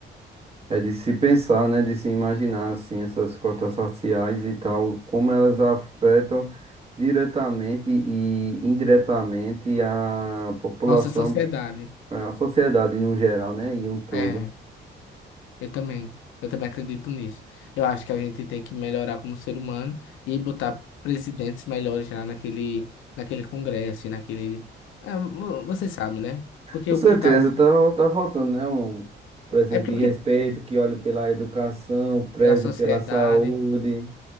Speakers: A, on the right; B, on the left.
A: É de se pensar, né? De se imaginar, assim, essas cotas raciais e tal, como elas afetam diretamente e indiretamente a população,
B: Nossa sociedade.
A: é, a sociedade no geral, né? E um todo.
B: É. Eu também. Eu também acredito nisso. Eu acho que a gente tem que melhorar como ser humano e botar presidentes melhores lá naquele, naquele congresso e naquele. Ah, mo- você sabe, né? Porque
A: Com
B: o
A: certeza,
B: que tá hoje.
A: tá, tá faltando, né? Um presidente
B: É porque
A: de respeito
B: o que.
A: que olhe pela educação, preze
B: Pela sociedade.
A: pela saúde